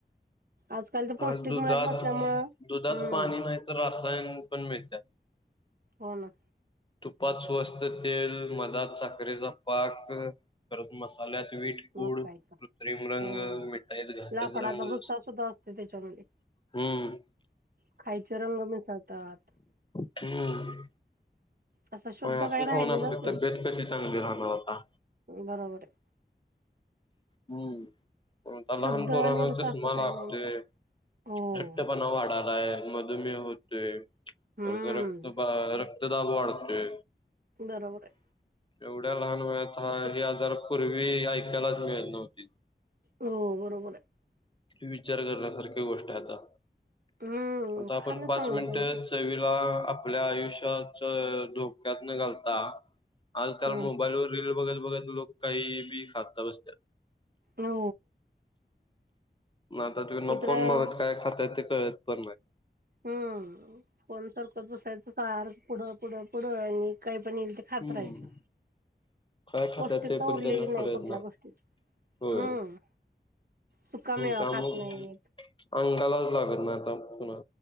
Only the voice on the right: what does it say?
आजकाल तर पौष्टिक
मिळत नसल्यामु हम्म.
हो ना
मग काय
तर
हो.
लाकडाचा
भुस्सा सुद्धा असतो त्याच्यामध्ये
खायचे रंग मिसळतात
असं शुद्ध
काही राहिलेलंच
नाही
बरोबर आहे
शुद्ध
निरस
असं काही
नाही मग हो
हम्म
बरोबर आहे
ते
हो बरोबर आहे
हम्म
खाणं
चांगलं
पाहिजे.
हम्म
हो
इकडं
हम्म फोन सारखच बसायचं सारख पुढं पुढं पुढं आणि काही पण येईल खातरायचं
पौष्टिक
तर
उरलेली
नाही
कुठल्या गोष्टी
हम्म सुका मेळवा
खात नाही येत